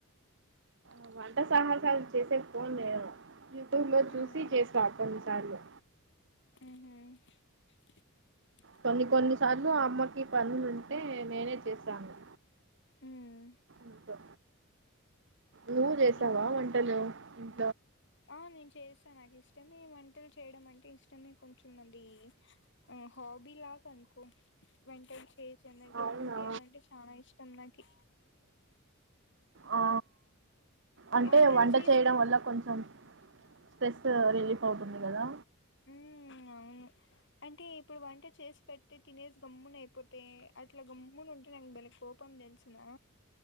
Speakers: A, on the right; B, on the left.
A: ఆ వంట సాహసాలు చేసేకి పోన్ నేను యూట్యూబ్ లో
B: ఉమ్
A: చూసి చేస్తా కొన్ని సార్లు
B: ఉహు
A: కొన్ని కొన్నిసార్లు అమ్మకి పనులుంటే నేనే చేసాను
B: ఉమ్
A: ఇంట్లో నువ్వు చేసావా
B: ఇంకా
A: వంటలు ఉమ్
B: ఆ నేను చేస్ తా నాకు ఇష్టమే వంటలు చేయడం అంటే ఇష్టమే కొంచెం అండి. అ హాబీ లా అను కో వంటల్స్ చేసి అందరికీ
A: అవునా
B: తినిపియాలి అంటే చాలా ఇష్టం నాకి
A: ఆ అంటే
B: వంటలు
A: వంట
B: చేసి
A: చేయడం వల్ల కొంచెం స్ట్రెస్ రిలీఫ్ అవుతుంది కదా
B: మ్మ్ అవును అంటే ఇప్పుడు వంట చేసి పెడితే తినేసి గమ్మున అయిపోతే అట్లా గమ్మున ఉంటే నాకు భలే కోపం తెలుసునా